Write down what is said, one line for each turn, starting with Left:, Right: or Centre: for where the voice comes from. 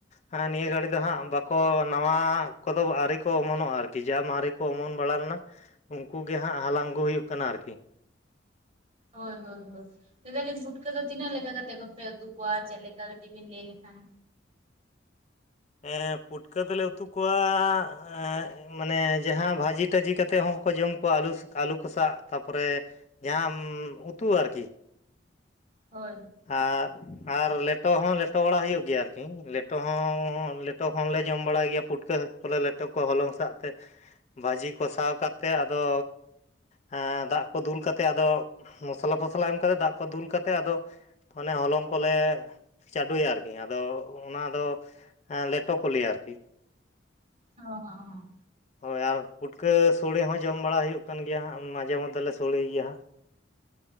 Left: ᱦᱟᱸ ᱱᱤᱭᱟᱹ ᱜᱟᱹᱲᱤ ᱫᱚ ᱦᱟᱸᱜ ᱵᱟᱠᱚ ᱱᱟᱣᱟ ᱠᱚᱫᱚ ᱟᱹᱣᱨᱤ ᱠᱚ ᱚᱢᱚᱱᱚᱜ-ᱟ ᱟᱨᱠᱤ, ᱡᱟ ᱢᱟᱨᱮᱼ ᱠᱚ ᱚᱢᱚᱱ ᱵᱟᱲᱟ ᱞᱮᱱᱟ, ᱩᱱᱠᱩ ᱜᱮ ᱦᱟᱸᱜ ᱦᱟᱞᱟᱝ ᱟᱹᱜᱩ ᱦᱩᱭᱩᱜ ᱠᱟᱱᱟ ᱟᱨᱠᱤ᱾
Right: ᱦᱳᱭ ᱦᱳᱭ ᱦᱳᱭ᱾ ᱞᱟᱹᱭᱫᱟᱞᱤᱧ ᱯᱩᱴᱠᱟᱹ ᱫᱚ ᱛᱤᱱᱟᱹᱜ ᱞᱮᱠᱟ ᱠᱟᱛᱮ ᱠᱚᱯᱮ ᱩᱛᱩ ᱠᱚᱣᱟ ᱪᱮᱫ ᱞᱮᱠᱟ ᱠᱟᱹᱴᱤᱡ ᱵᱤᱱ ᱞᱟᱹᱭ ᱞᱮᱠᱷᱟᱱ?
Left: ᱮᱸᱻ ᱯᱩᱴᱠᱟᱹ ᱫᱚᱞᱮ ᱩᱛᱩ ᱠᱚᱣᱟᱻ ᱮᱸᱜ ᱢᱟᱱᱮ ᱡᱟᱦᱟᱸ ᱵᱷᱟᱹᱡᱤᱼ ᱴᱟᱡᱤ ᱠᱟᱛᱮᱫ ᱦᱚᱸᱠᱚ ᱡᱚᱢ ᱠᱚᱣᱟ ᱟᱞᱩ ᱟᱞᱩ ᱠᱚᱥᱟᱜ ᱛᱟᱯᱚᱨᱮᱼ ᱡᱟᱦᱧᱟᱢ ᱩᱛᱩ ᱟᱨᱠᱤ?
Right: ᱦᱳᱭ᱾
Left: ᱟᱨ ᱟᱨ ᱞᱮᱴᱚ ᱦᱚᱸ ᱞᱮᱴᱚ ᱵᱟᱲᱟ ᱦᱩᱭᱩᱜ ᱜᱮᱭᱟ ᱟᱨᱠᱤ, ᱞᱮᱴᱚ ᱦᱚᱸᱻ ᱞᱮᱴᱚ ᱦᱚᱸᱞᱮ ᱡᱚᱢ ᱵᱟᱲᱟᱭ ᱜᱮᱭᱟ ᱯᱩᱴᱠᱟᱹ ᱦᱟᱸᱠᱩ ᱠᱚᱞᱮ ᱞᱮᱴᱚ ᱠᱚᱣᱟ ᱦᱚᱞᱚᱝ ᱥᱟᱜ ᱛᱮ᱾ ᱵᱟᱡᱤ ᱠᱚᱥᱟᱣ ᱠᱟᱛᱮ ᱟᱫᱚᱼ ᱦᱮᱸᱻ ᱫᱟᱜ ᱠᱚ ᱫᱩᱞ ᱠᱟ ᱠᱟᱛᱮ ᱟᱫᱚ ᱢᱚᱥᱞᱟ ᱯᱷᱚᱥᱞᱟ ᱮᱢ ᱠᱟᱛᱮᱫ ᱫᱟᱜ ᱠᱚ ᱫᱩᱞ ᱠᱟᱛᱮᱫ ᱟᱫᱚᱼᱼ ᱚᱱᱮ ᱦᱚᱞᱚᱝ ᱠᱚᱞᱮᱻ ᱪᱟᱹᱰᱳᱭᱟ ᱟᱨᱠᱤ ᱟᱫᱚ ᱚᱱᱟᱫᱚᱼ ᱦᱮᱸ ᱞᱮᱴᱚ ᱠᱚ ᱞᱟᱹᱭᱟ ᱟᱨᱠᱤ᱾
Right: ᱚ ᱚ᱾
Left: ᱦᱳᱭ ᱟᱨ ᱯᱩᱴᱠᱟᱹ ᱥᱳᱲᱮ ᱦᱚᱸ ᱡᱚᱢ ᱵᱟᱲᱟ ᱦᱩᱭᱩᱜ ᱠᱟᱱ ᱜᱮᱭᱟ ᱦᱟᱸᱜ ᱢᱟᱡᱷᱮ ᱢᱚᱫᱽᱫᱷᱮ ᱞᱮ ᱥᱳᱲᱮ ᱜᱮᱭᱟ ᱦᱟᱸᱜ᱾